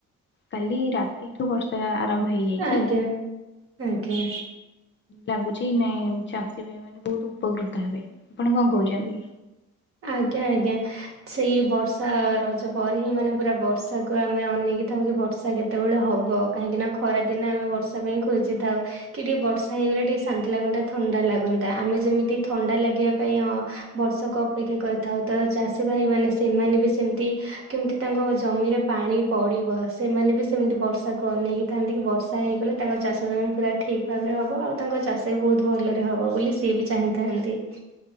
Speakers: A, on the left (about 40°); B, on the right (about 45°).
A: କାଲି ରାତିଠୁ ବର୍ଷା ଆରମ୍ଭ ହେଇଯାଇଚି
B: ଆଜ୍ଞା ଆଜ୍ଞା।
A: ଲାଗୁଛି ନାଇଁ, ଚାଷୀ ଭାଇମାନେ ବହୁତ ଉପକୃତ ହେବେ। ଆପଣ କଣ କହୁଛନ୍ତି?
B: ଆଜ୍ଞା ଆଜ୍ଞା। ସେଇ ବର୍ଷା ରଜ ପରେ ହିଁ ମାନେ ପୁରା ବର୍ଷାକୁ ଆମେ ଅନେଇ ଇ ଥାଉ କି ବର୍ଷା କେତେବେଳେ ହବ କାହିଁକି ନା ଖରା ଦିନେ ଆମେ ବର୍ଷା ପାଇଁ ଖୋଜି ଥାଉ କି ଟିକେ ବର୍ଷା ହେଇଗଲେ ଟିକେ ଶାନ୍ତି ଲାଗନ୍ତା ଥଣ୍ଡା ଲାଗନ୍ତା ଆମେ ଯେମିତି ଥଣ୍ଡା ଲାଗିଆ ପାଇଁ ଅ ବର୍ଷକ ଅପେକ୍ଷା କରିଥାଉ ତ ଚାଷୀ ଭାଇ ମାନେ ସେମାନେ ବି ସେମତି କେମତି ତାଙ୍କ ଜମିରେ ପାଣି ପଡି ବ ସେମାନେ ବି ସେମିତି ବର୍ଷାକୁ ଅନେଇକି ଥାଆନ୍ତି କି ବର୍ଷା ହେଇଗଲେ ତାଙ୍କ ଚାଷ ଜମି ପୁରା ଠିକ୍ ଭାବରେ ହବ। ଆଉ ତାଙ୍କ ଚାଷ ବି ବହୁତ ଭଲରେ ହବ ବୋଲି ସିଏ ବି ଚାହିଁଥାଆନ୍ତି।